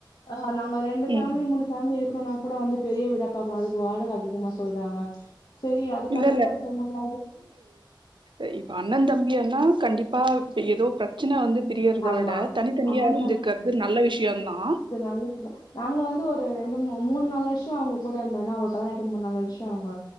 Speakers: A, on the left; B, on the right.
A: ஆ நாங்க ரெண்டு ஃபேமிலி
B: ம்
A: மூணு ஃபேமிலி இருக்கணுனா கூட வந்து பெரிய வீடா பாக்கணு அதுக்கு வாடக அதிகமா சொல்றாங்க செரி அது
B: இல்ல
A: கட்டுப்படுத்த முடியாது
B: இ இப்ப அண்ண தம்பியான்னா கண்டிப்பா இப்போ ஏதோ பிர ச்சின வந்து பிரியறத
A: ஆமா
B: விட தனித்தனியா
A: அண்ணன்
B: இருந்துக்றது
A: தம்பி
B: நல்ல விஷயோந்தா
A: <unintelligible> நாங்க வந்து ஒரு ரெண்டு மு மூண் நாலு வருஷோ அவங்க கூட இருந்தன்னா அவங்கள் கலாணோ ஆயிட்டு மூண் நாலு வருஷோ அவங்க